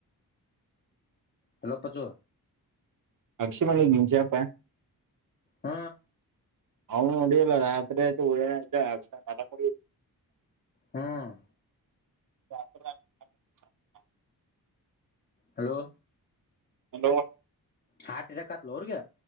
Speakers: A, on the left; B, on the right.
A: ಹಲೋ ಪಜ್ಜು.
B: ಅಗಶಿಮಣಿ ಭೀಮಾಶ್ಯಾ ಪಾ.
A: ಹ್.
B: ಅವ್ನು ನೋಡಲ್ಲ ರಾತ್ರಿ ಆಯತ. <inaudible>
A: ಹ್ಮ್.
B: <inaudible>
A: ಹಲೋ.
B: ಹಲೋ.
A: ಹಾರ್ಟ ಅಟ್ಯಾಕಾತ್ಲೋರಿಗೆ.